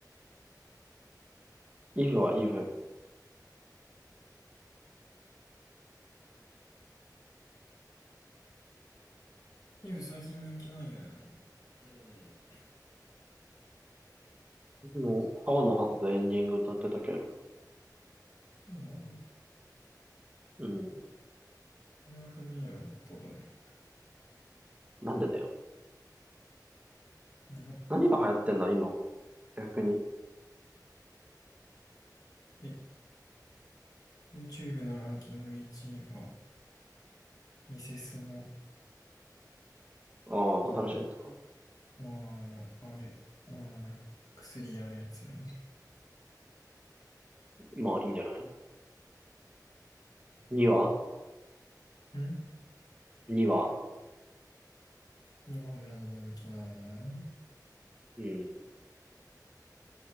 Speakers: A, on the right (about 20°); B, on the left (about 60°).
A: イブはイブ。
B: イブ最近人気ないよね。なんかうん。
A: もう、
B: そう
A: 青の箱でエンディング歌ってたけど。
B: そうなんだ。
A: うん。
B: これは不名誉なことだね。
A: なんでだよ。
B: にょ
A: 何が流行ってんだ、今。逆に。
B: え、YouTube のランキング1位は、ミセスの、
A: ああ、
B: あの、
A: 新しいやつか。
B: あの、あれ、あー薬屋のやつね。
A: まあ、いいんじゃない ?2 話
B: ん
A: ?2 話
B: 2番目にばんめ人気なの
A: うん。